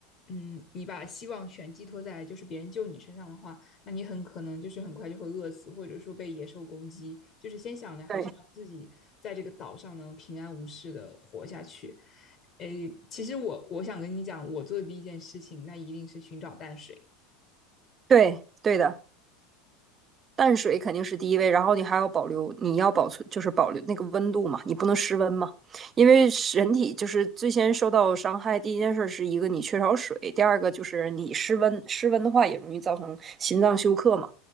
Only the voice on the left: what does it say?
嗯，你把希望全寄托在就是别人救你身上的话，那你很可能就是很快就会饿死，或者说被野兽攻击。就是先想的还是要自己在这个岛上能平安无事的活下去。
诶，其实我我想跟你讲，我做的第一件事情，那一定是寻找淡水。